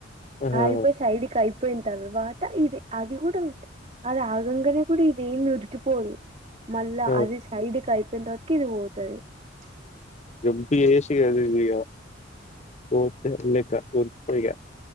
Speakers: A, on the left; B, on the right.
A: ఆహా!
B: ఆ ఇక సైడ్ కై పోయిన తర్వాత ఇది అది కూడా అది ఆగంగానే కూడా ఇదేం ఉరికిపోదు మళ్ళా
A: ఆ!
B: అది సైడ్ కయి <unintelligible>
A: ఎంతి చేసి ఏం ఉంది ఇగ <unintelligible> రకుల్ పూజా